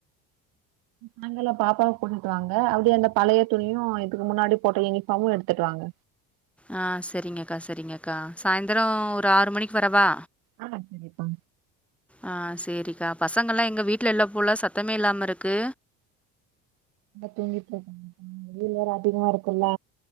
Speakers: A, on the right (about 70°); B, in the centre.
A: நாங்கம் பாப்பாவை கூட்டிட்டு வாங்க அப்படியே அந்த பழைய துணியும் இதுக்கு முன்னாடி போட்ட யூனிஃபார்ம்மும் எடுத்துட்டு வாங்க
B: ஆ சரிங்கக்கா சரிங்க அக்கா சாய்ந்தரம் ஒரு ஆறு மணிக்கு வரவா
A: ஆ சரிப்பா.
B: ஆஹ் சேரிக்கா பசங்கல்லாம் எங்க வீட் வீடல எல்லாம் போல சத்தமே இல்லாம இருக்கு
A: தூங்கிட்டு இருக்கா வெயில் வேற அதிகமா இருக்கும்ல்ல